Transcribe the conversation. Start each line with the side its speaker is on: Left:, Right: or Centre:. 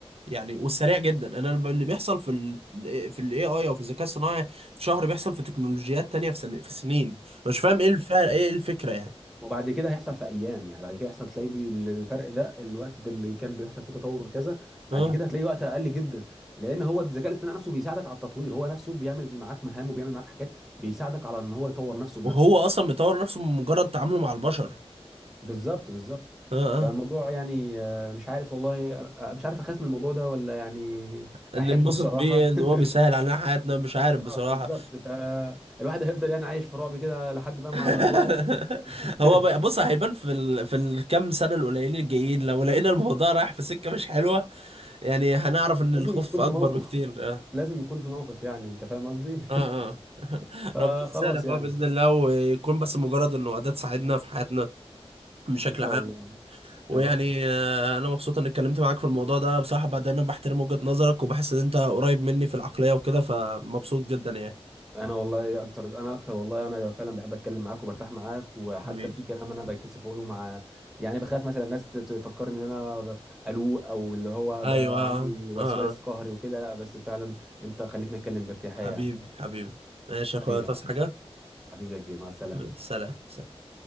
Right: يعني والسريع جدا انا ب- اللي بيحصل في ال في الاي اي او في الذكاء الصناعي في شهر بيحصل في تكنولوجيات تانية في سن في سنين مش فاهم ايه الفعل ايه الفكرة يعني
Centre: وبعد كده هيحصل في ايام يعني بعد كده هيحصل تلاقي بي- الفرق ده الوقت ده اللي كان بيحصل فيه تطور كذا
Right: اه
Centre: بعد كده هتلاقي وقت اقل جدا لان هو الذكاء الاصطناعي نفسه بيساعدك على التطوير هو نفسه بيعمل معاك مهام وبيعمل معاك حاجات بيساعدك على ان هو يطور نفسه بنفسه
Right: وهو اصلا بيطور نفسه من مجرد تعامله مع البشر
Centre: بالظبط بالظبط
Right: اه
Centre: فالموضوع
Right: اه
Centre: يعني آه، مش عارف والله آه، مش عارف اخاف من الموضوع ده ولا يعني
Right: اللي
Centre: احبه
Right: انبسط
Centre: بصراحة
Right: بيه ان
Centre: <laughs>
Right: هو بيسهل علينا حياتنا مش عارف بصراحة
Centre: اه بالظبط فالواحد هيفضل يعني عايش في رعب كده لحد بقى
Right: <laughs>
Centre: ما ما يطلعوا <laughs>
Right: هو بقى- بص
Centre: لا
Right: هيبان في ال... في الكام سنة القليلين الجايين لو لقينا الموضوع رايح في سكة مش حلوة يعني هنعرف ان
Centre: لازم
Right: الخوف
Centre: يكون
Right: اكبر
Centre: في موقف
Right: بكتير آه.
Centre: لازم يكون في موقف يعني انت فاهم قصدي
Right: اه اه <laughs>
Centre: <laughs> فخلاص
Right: ربنا يسهل يا اخويا
Centre: يعني
Right: باذن الله ويكون بس مجرد انه اداه تساعدنا في حياتنا بشكل
Centre: ان شاء
Right: عام
Centre: الله
Right: ويعني
Centre: يا رب
Right: آه، انا مبسوط اني اتكلمت معاك في الموضوع ده بصراحه بقى دايما بحترم وجهه نظرك وبحس ان انت قريب مني في العقليه وكده فمبسوط جدا يعني
Centre: انا والله اكتر انا اكتر والله انا فعلا بحب اتكلم معاك وبرتاح معاك وحتى
Right: حبيبي
Centre: في كلام انا بتكسف اقوله مع يعني بخاف مثلا الناس ت- تفكرني ان انا ب- قلوق او اللي هو
Right: ايوه
Centre: ب- عندي
Right: اه
Centre: وسواس
Right: اه آه.
Centre: قهري وكده لا بس فعلا انت خليتني اتكلم بارتياحية
Right: حبيبي
Centre: يعني
Right: حبيبي ماشي يا اخويا
Centre: حبيبي
Right: تصحى
Centre: يا معلم
Right: حاجه
Centre: حبيبي يا كبير مع السلامة
Right: حبيبي. سلام سلام